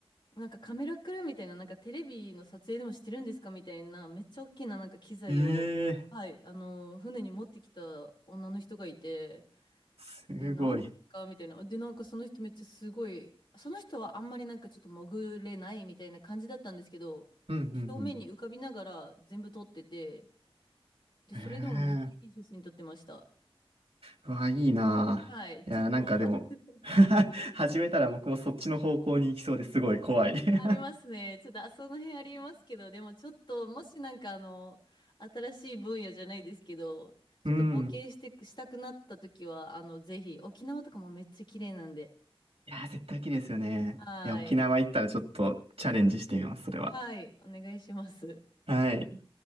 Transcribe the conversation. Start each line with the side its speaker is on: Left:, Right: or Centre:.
Left: なんかカメラクルーみたいな、なんかテレビの撮影でもしてるんですかみたいな、めっちゃ大きななんか機材を、
Right: <laughs> ええ、
Left: はい、あの、船に持ってきた女の人がいて、
Right: すごい。
Left: で、なんですかみたいな。で、なんかその人めっちゃすごい、その人はあんまりなんかちょっと潜れないみたいな感じだったんですけど、
Right: うんうんう
Left: こう表面に浮かびながら全部撮ってて、で、
Right: ん。
Left: それでもめっちゃいい写真撮ってました。
Right: ええ、うわ、いいなぁ。
Left: はい、ちょっと、
Right: いや、なんかでも
Left: <laughs>
Right: <laughs> 始めたら僕もそっちの方向に行きそうですごい怖い
Left: えありますね。
Right: <laughs>
Left: ちょっと、あ、その辺ありますけど、でもちょっと、もしなんかあの、新しい分野じゃないですけど、ちょっと冒険して、
Right: うん。
Left: したくなった時は、あの、ぜひ、沖縄とかもめっちゃ綺麗なんで、
Right: いやー、絶対綺麗ですよね。
Left: はい、
Right: いや、沖縄行ったらちょっとチャレンジしてみます、それは。
Left: はい、お願いします。
Right: はい。